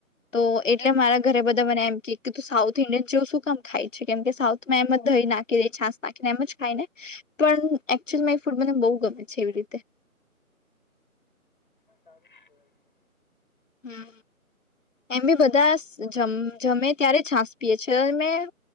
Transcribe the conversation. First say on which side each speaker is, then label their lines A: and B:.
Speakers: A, on the left; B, on the left.
A: તો એટલે ઘરે બધા મને એમ કેું સાઉથ ઇન્ડિયન જે શું કામ ખાય છે કેમ કે સાઉથમાં એમ જ દહી નાખી દ છાાસ નાખીને એમ જ ખાય ને પણ એકચુલી એ ફૂડ મને બહુ ગમે છે એવી રીતે
B: હ સારું જ જોય છે.
A: હમ એમ બી બધ તસ જમે ત્યારે છાસ પ છે મેં